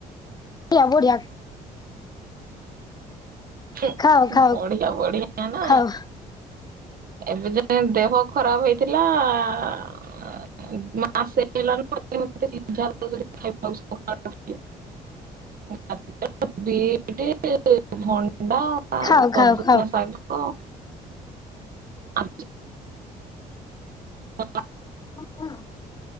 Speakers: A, on the left (about 20°); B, on the right (about 50°).
A: ବଢିଆ ବଢିଆ।
B: ହୁଁ
A: ଖାଅ ଖାଅ
B: ବଢିଆ ବଢିଆ ନା
A: ଖାଅ
B: ଏବେ ଯ ଦେହ ଖରାପ ହେଇଥିଲା ଆ ଆ ମାସେ। ାଇବା <inaudible> <unintelligible> ବଟି ଭଣ୍ଡ <inaudible> ବା
A: ଖାଅ ଖାଅ
B: ସଜନା
A: ଖାଅ।
B: ଶାଗ। ଆ <inaudible>
A: ହଁ ହଁ